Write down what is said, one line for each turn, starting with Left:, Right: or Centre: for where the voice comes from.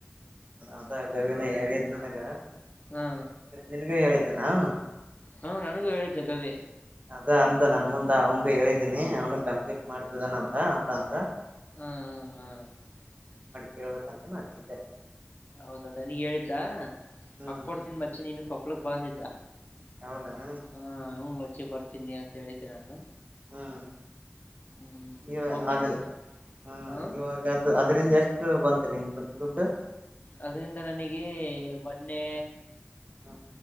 Right: ಂತ ಗವಿನ ಹೇಳಿದ್ ನನಗ
Left: ಹಾ
Right: ನಿನ್ಗೂ ಹೇಳಿದ್ದಾನ ಅವನು
Left: ಹಾ ನನಗೂ ಹೇಳಿದ್ದೆ ಕವಿ
Right: ಅದ ಅಂದ ನನ್ ಮುಂದ್ ಅವಂಗ ಹೇಳಿದೀನಿ ಅವನ ಕಂಪ್ಲೀಟ್ ಮಾಡ್ತಿದಾನಂತ ಅಂತ ಅಂತ
Left: ಹ್ಮ್ ಹ್ಮ್ ಹ್ಮ್
Right: ಕೇಳ್ಬೇಕಂತನೂ ಅಚ್ಚುತ್ತೆ
Left: ಹೌದ ನನಗ್ ಹೇಳಿದ್ದ
Right: ಹ್ಮ್
Left: ಹಕ್ಕ ಕೊಡ್ತನ್ ಮಚ್ಚಿನ ನೀನು ಕೊಪ್ಲಕ್ ಬಂದಿದ್ದ
Right: ಹೌದಾನ
Left: ಹಾ ಹ್ಞ ಮರ್ಚಿ ಬರ್ತೀನಿ ಅಂತ ಹೇಳಿದ್ದೆ ನಾನು
Right: ಹ್ಮ್
Left: ಹ್ಮ್
Right: ಇವ
Left: ಹೋಗ್ಬೇಕೀಗ
Right: ಆದ್ರೆ ಹ್ಮ
Left: ಹ
Right: ಇವಾಗ ಅದು ಅದ್ರಂದ ಎಷ್ಟು ಬಂತ ಎ ಇ
Left: ಅದ್ರಂದ ನನಗೆ ಮೊನ್ನೆ
Right: ಹಾ